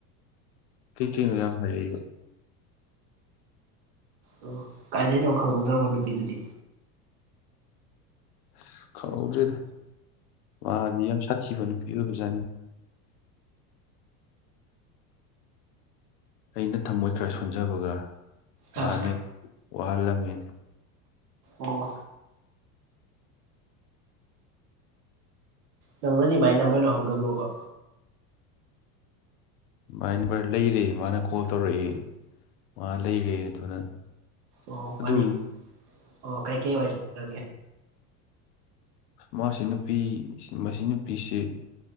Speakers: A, on the left; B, on the right.
A: ꯀꯩ ꯀꯩꯅꯣ ꯌꯥꯝ ꯍꯥꯏꯔꯛꯢꯕ
B: ꯑꯣ ꯀꯥꯏꯗꯅꯣ ꯈꯪꯍꯧꯗꯧꯕ ꯅꯨꯄꯤꯗꯨꯗꯤ
A: ꯑꯁ ꯈꯥꯎꯍꯧꯗ꯭ꯔꯦꯗ ꯃꯥꯗꯤ ꯌꯥꯝ ꯁꯥꯊꯤꯕ ꯅꯨꯄꯤ ꯑꯣꯏꯕꯖꯥꯅꯤ ꯑꯩꯅ ꯊꯃꯣꯏ ꯈꯔ ꯁꯣꯟꯖꯕꯒ
B: ꯑꯪ
A: ꯃꯥꯅ ꯋꯥꯍꯜꯂꯝꯃꯦꯅꯦ
B: ꯑꯣ ꯅꯪꯅꯗꯤ ꯃꯥꯏ ꯅꯝꯕꯔ ꯂꯧꯍꯧꯗꯕ꯭ꯔꯣꯕ
A: ꯑꯗꯨꯃꯥꯏꯅ ꯚꯔ ꯂꯩꯔꯦ ꯃꯥꯅ ꯀꯣꯜ ꯇꯧꯔꯛꯑꯦ ꯃꯥ ꯂꯩꯔꯦ ꯑꯗꯨꯅ
B: ꯑꯣ ꯐꯅꯤ
A: ꯑꯗꯨ
B: ꯑꯣ ꯀꯩ ꯀꯩ ꯍꯥꯏ ꯀ
A: ꯃꯥꯁꯤ ꯅꯨꯄꯤ ꯃꯁꯤ ꯅꯨꯄꯤꯁꯤ